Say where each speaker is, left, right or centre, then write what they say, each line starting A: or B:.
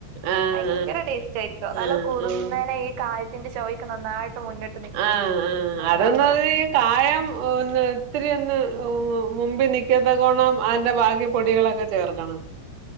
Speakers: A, on the right; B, on the right.
A: ആഹ്
B: ഭയങ്കര ടേസ്റ്റ് ആയിരിക്കോ നല്ല
A: ആഹ്
B: കുറുന്നേനെ
A: ആഹ്
B: ഈ കായത്തിന്റെ ചൊവ്വയൊക്കെ നന്നായിട്ട്. മുന്നിട്ട് നിക്കും
A: ആ ആ
B: ആ
A: അതന്ന്
B: സാമ്പാറിന്
A: പറഞ്ഞൽ കായം ഒന്ന് ഇത്തിരി ഒന്ന് <unintelligible> മുമ്പിനിക്കത്തകോണം അതിന്റെ ഭാഗ്യ പൊടികളൊക്കെ ചേർക്കണം